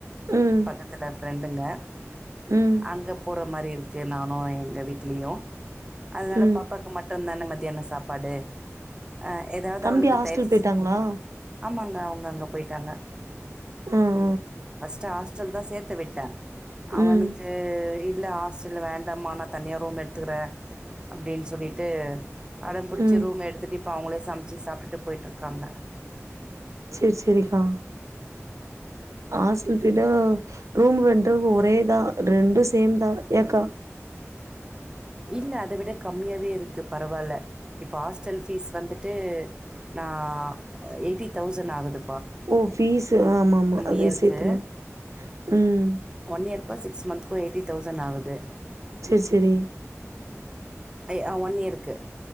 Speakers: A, on the right (about 80°); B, on the right (about 15°).
A: ம்
B: பக்கத்துல ஃப்ரெண்டுங்க
A: ம்
B: அங்க போற மாரி இருக்கு நானு எங்க வீட்லயு அதனால
A: ம்
B: பாப்பாக்கு மட்டுந்தான மத்தியான சாப்பாடு அ ஏதாவது
A: தம்பி
B: அவளுக்கு
A: ஹாஸ்டல்
B: தயிர்சு
A: போயிட்டாங்களா
B: ஆமாங்க அவுங்க அங்க போயிட்டாங்க
A: ம்
B: ஃபஸ்ட்டு ஹாஸ் ட்டல்தா சேத்து விட்ட அவனுக்கு
A: ம் ம்
B: உ இல்ல ஹாஸ்டல் வேண்டாம்மா நா தனியா ரூம் எடுத்துக்கிற அப்டின்னு சொல்லிட்டு அடம் புடிச்சி
A: ம்
B: ரூம் எடுத்துட்டு இப்போ அவுங்களே சமைச்சு சாப்ட்டுட்டு போய்ட்ருக்காங்க
A: சேரி சேரிக்கா ஹாஸ்டல் விட ரூம் ரெண்ட்டு ஒரே தா ரெண்டு சேம் தா ஏக்கா
B: இல்ல அத விட கம்மியாவே இருக்கு பரவாயில்ல இப்போ ஹாஸ்ட்டல் ஃபீஸ் வந்துட்டு நா எயிட்டி தௌசண் ஆகுது
A: ஓ ஃபீசு ஆமா ஆமா அதையு
B: இயருக்கு
A: சேத்தன ம்
B: ஒன் இயர்க்கோ சிக்ஸ் மந்த்க்கோ எயிட்டி தௌசண்ட் ஆகுது
A: சேரி சேரி
B: ஐ அ ஒன் இயர்க்கு